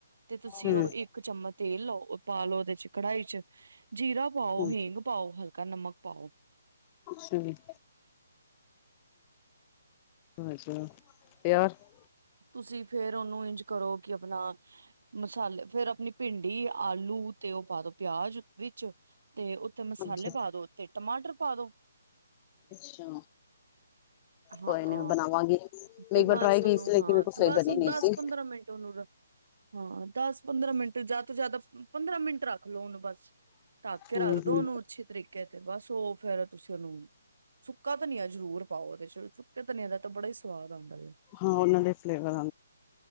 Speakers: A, on the right (about 60°); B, on the left (about 20°).
A: ਤੇ ਤੁਸੀਂ
B: ਹੂੰ,
A: ਉਹ ਇੱਕ ਚਮਚ ਤੇਲ ਲਓ ਪਾ ਲੋ ਉਹਦੇ ਚ ਕੜਹੀ ਚ ਜੀਰਾ ਪਾਓ
B: ਹੂੰ
A: ਹਿੰਂਗ ਪਾਓ ਹਲਕਾ ਨਮਕ ਪਾਓ
B: ਠੀਕ ਅੱਛਾ ਤੇ <unintelligible>
A: ਤੁਸੀਂ ਫੇਰ ਉਹਨੂੰ ਇੰਜ ਕਰੋ ਕਿ ਆਪਣਾ ਮਸਾਲੇ ਫੇਰ ਆਪਣੀ ਭਿੰਡੀ ਆਲੂ ਤੇ ਉਹ ਪਾ ਦੋ ਪਿਆਜ ਵਿੱਚ ਤੇ ਉੱਤੇ ਮਸਾਲੇ
B: ਅੱਛਾ,
A: ਪਾ ਦੋ ਤੇ ਟਮਾਟਰ ਪਾ ਦੋ
B: ਅੱਛਾ
A: ਹਾਂ
B: ਕੋਈ ਨੀ ਮੈਂ ਬਣਾਵਾਂਗੀ।
A: ਤੇ
B: ਮੈਂ ਇੱਕ
A: ਬਸ
B: ਵਾਰ ਟਰਾਈ
A: ਉਹਨੂੰ
B: ਕੀ ਸੀ ਲੇਕਿਨ
A: ਹਾਂ
B: ਮੇਰੇ ਕੋਲ ਸਹੀ
A: ਬਸ
B: ਬਣੀ
A: ਉਹਨੂੰ
B: ਨਹੀਂ
A: ਦਸ
B: ਸੀ
A: ਪੰਦਰਾਂ ਮਿੰਟ ਉਹਨੂੰ ਹਾਂ ਦਸ ਪੰਦਰਾਂ ਮਿੰਟ ਜ਼ਿਆਦਾ ਤੋਂ ਜ਼ਿਆਦਾ ਪੰਦਰਾਂ ਮਿੰਟ ਰੱਖ ਲੋਓ ਹਨੂੰ ਬਸ ਤੱਕ ਕੇ
B: ਹੂੰ,
A: ਰੱਖ ਦਿਉ
B: ਹੂੰ
A: ਉਹਨੂੰ ਅੱਛੇ ਤਰੀਕੇ ਤੇ ਬਸ ਉਹ ਫੇਰ ਤੁਸੀਂ ਉਹਨੂੰ ਸੁੱਕਾ ਤਨੀਆ ਜਰੂਰ ਪਾਓ ਉਹਦੇ ਚ <unintelligible> ਹੈ
B: ਹਾਂ <unintelligible>